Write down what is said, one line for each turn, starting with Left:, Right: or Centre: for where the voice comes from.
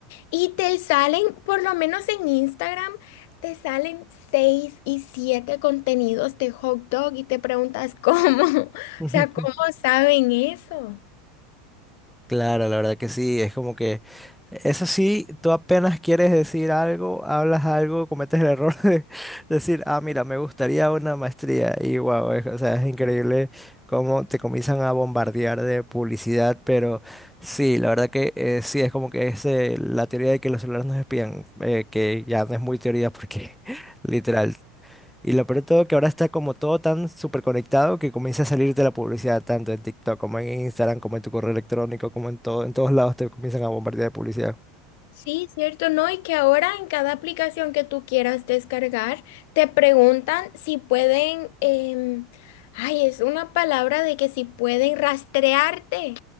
Left: Y te salen, por lo menos en Instagram, te salen seis y siete contenidos de hot dog y te preguntas cómo, <laughs> o
Centre: Entonces,
Left: sea, ¿cómo
Centre: <laughs>
Left: saben eso?
Centre: Claro, la verdad que sí, es como que eso sí, tú apenas quieres decir algo, hablas algo, cometes el error <laughs> de decir, ah, mira, me gustaría una maestría y wow, o sea, es increíble cómo te comienzan a bombardear de publicidad, pero sí, la verdad que eh, sí, es como que es eh, la teoría de que los celulares nos espían, eh, que ya no es muy teoría porque <laughs> literal, y lo peor de todo que ahora está como todo tan súper conectado que comienza a salirte la publicidad tanto en TikTok como en Instagram, como en tu correo electrónico, como en todo, en todos lados te comienzan a bombardear de publicidad.
Left: Sí, cierto, ¿no? Y que ahora en cada aplicación que tú quieras descargar, te preguntan si pueden, em, ay, es una palabra de que si pueden rastrearte.